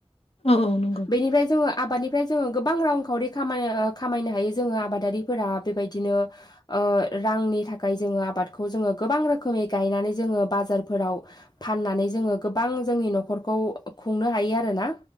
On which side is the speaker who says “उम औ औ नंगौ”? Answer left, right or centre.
Left